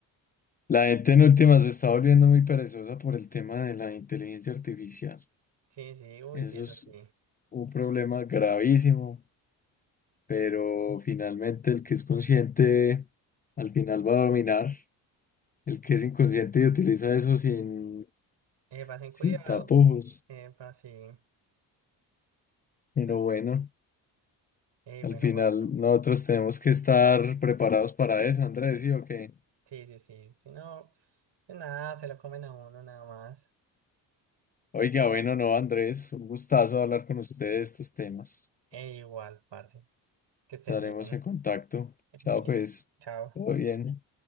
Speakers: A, on the left; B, on the right.
A: La gente en últimas se está volviendo muy perezosa por el tema de la inteligencia artificial.
B: Sí, sí, uy,
A: Eso
B: sí, eso
A: es
B: sí.
A: un problema gravísimo, pero finalmente el que es consciente al final va a dominar. El que es inconsciente y utiliza eso sin,
B: Epa, sin
A: sin
B: cuidado.
A: tapujos.
B: Epa, sí.
A: Pero
B: Entonces,
A: bueno.
B: eh,
A: Al
B: bueno,
A: final,
B: guardo.
A: nosotros tenemos que estar preparados para eso, Andrés, ¿sí o qué?
B: Sí, sí, sí. Si no, de nada, se lo comen a uno nada más.
A: Oiga, bueno, no, Andrés, un gustazo hablar con ustedes de estos temas.
B: Eh, igual, parce. Que
A: Estaremos
B: estés bien.
A: en contacto.
B: Bien.
A: Chao, pues.
B: Chao.
A: Todo bien.